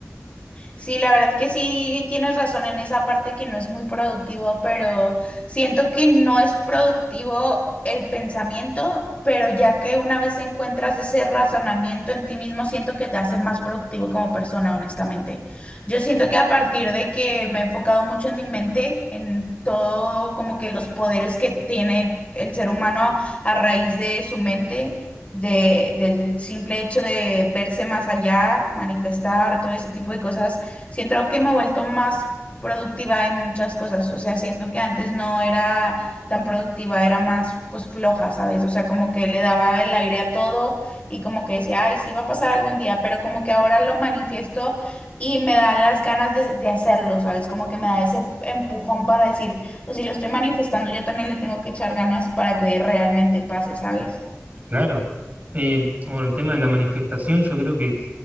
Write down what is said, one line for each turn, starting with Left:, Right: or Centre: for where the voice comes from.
Left: Sí, la verdad que sí tienes razón en esa parte que no es muy productivo, pero siento que no es productivo el pensamiento, pero ya que una vez encuentras ese razonamiento en ti mismo, siento que te hace más productivo como persona, honestamente. Yo siento que a partir de que me he enfocado mucho en mi mente, en todo como que los poderes que tiene el ser humano a raíz de su mente de- del simple hecho de verse más allá, manifestar todo ese tipo de cosas Siento que me he vuelto más productiva en muchas cosas, o sea, siento que antes no era tan productiva, era más pues floja, ¿sabes? O sea, como que le daba el aire a todo y como que decía, ay, sí va a pasar algún día, pero como que ahora lo manifiesto y me da las ganas de, de hacerlo, ¿sabes? Como que me da ese empujón para decir, o si lo estoy manifestando, yo también le tengo que echar ganas para que realmente pase, ¿sabes?
Right: Claro. Eh, bueno, el tema de la manifestación, yo creo que